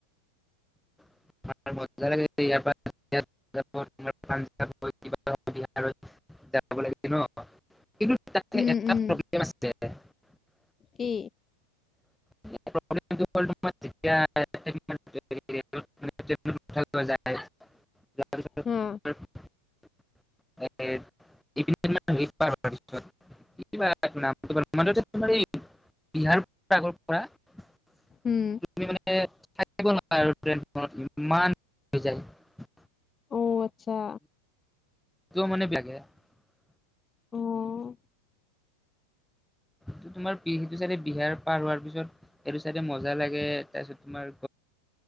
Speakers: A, in the centre; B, on the left (about 20°).
A: <unintelligible> <unintelligible> <inaudible>
B: উম উম কি?
A: <unintelligible> <unintelligible> <unintelligible>
B: হা
A: <unintelligible> <unintelligible> বিহাৰ আগৰ পৰা তুমি মানে থাকিব নাপায়
B: উম
A: আৰু ট্ৰেনখনত ইমান যায়।
B: অ আচ্ছা
A: <unintelligible>
B: অ'।
A: টো, তোমাৰ <unintelligible> চাইডে বিহাৰ পাৰ হোৱাৰ পিছত এইটো চাইডে মজা লাগে, তাৰপিছত তোমাৰ